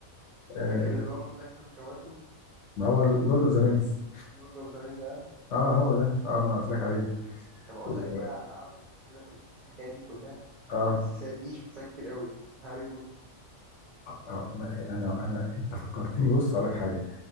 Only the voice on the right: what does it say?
فاكر اللي هو مملكة الخواتم
لورد أوف ذا رينج آه؟
طب أقول
لك بقى على أعظم سلسلة في في الحكايات دي كلها
السلسلة دي شفتها كتير أوي هاري بوتر